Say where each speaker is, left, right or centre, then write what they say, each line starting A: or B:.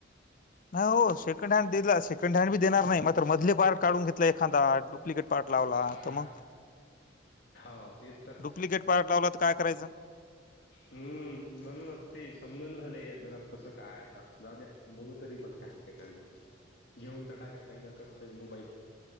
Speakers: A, on the left; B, on the left.
A: नाही हो सेकंड हँड दिला सेकंड हँड बी देणार नाही मात्र मधले पार्ट काढून घेतला एखादा डुप्लिकेट पार्ट लावला
B: हा
A: तर मग
B: हो तेच तर
A: डुप्लिकेट पार्ट लावला तर काय करायचं.
B: हम्म म्हणूनच ते समजून झालं या जगात कसं काय आता जाऊ द्या बघू तरी. पण कारणा कारणी घेऊन तर टाकायच एकदा कस तरी मोबाईल.